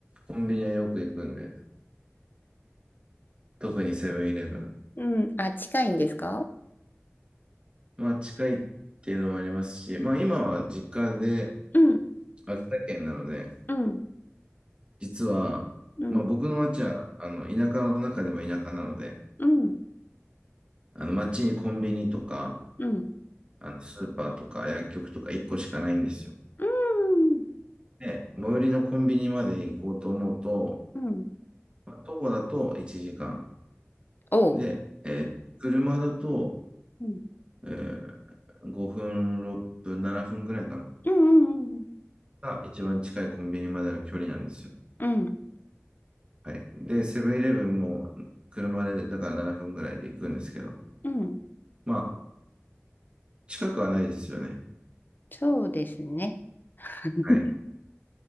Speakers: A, on the right; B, on the left.
A: コンビニはよく行くんで、特にセブンイレブン。
B: うん。あ、近いんですか
A: まあ、近いっていうのもありますし、まあ、今は実家で
B: うん、
A: 秋田県なので、
B: うん、
A: 実は、
B: うん、
A: まあ、僕の町は、あの、田舎の中でも田舎なので、
B: うん、
A: あの、町にコンビニとか、
B: うん。
A: あのスーパーとか薬局とか1個しかないんですよ。
B: うん
A: で、最寄りのコンビニまで行こうと思うと、
B: うん。
A: まあ徒歩だと1時間。
B: おう。
A: で、えー車だと、
B: うん。
A: えー5分、6分、7分ぐらいかな。
B: うんうん
A: が一番近いコンビニまでの距離なんですよ。
B: うんうん。うん。
A: はい。で、セブンイレブンも車で、だから7分ぐらいで行くんですけど、
B: うん
A: まあ、近くはないですよね。
B: そうですね。<laughs>
A: はい。